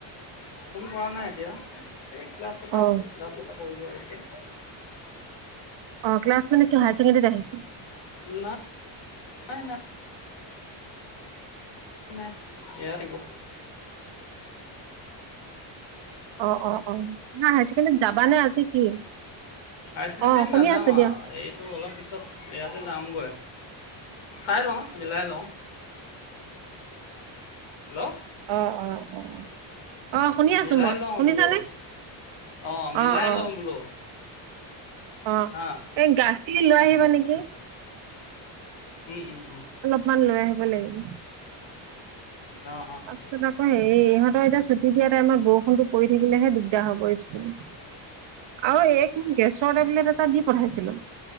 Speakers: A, on the left; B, on the right.
A: উ কৰা নাই এতিয়া এই ক্লাছ এটা
B: অ
A: আছে ক্লাছ এটা কৰিব আহিছে <inaudible>
B: অ ক্লাছ মানে কি হায় ছেকেণ্ডেৰীত আহিছিল <unintelligible>
A: নাই নাই নাই নাই ইয়া দিব
B: অ অ অ হাই চছেকেণ্ডৰীত যাবা নে আজি কি
A: হায়াৰ ছেকেণ্ডেৰীত
B: অ শুনি
A: নাযাওঁ
B: আছো
A: আৰু
B: দিয়া
A: এইটো অলপ পিছত ইয়াতে যামগৈ চাই লওঁ মিলাই লওঁ হেল্ল'
B: অঁ অঁ অ অঁ শুনি আছোঁ
A: মিলাই
B: মই
A: লওঁ
B: শুনিছানে
A: বোলো অ' মিলাই
B: অঁ অ
A: লওঁ বোলো
B: অ
A: হা।
B: এই গাচ লৈ আহিবা নেকি
A: উম উম উম
B: ইমান লৈ আহিব লাগিব <unintelligible>
A: অ', অ', অ',
B: তাৰপাছত আকৌ হেৰি এই ইহঁতৰ এতিয়া ছুটি দিয়া টাইমত বৰষুণতটো পৰি থাকিলেহে দিগদাৰ হ'ব স্কুল <unintelligible> অ এক মিন কেছ <unintelligible> ট এটা দি পঠাইছিলো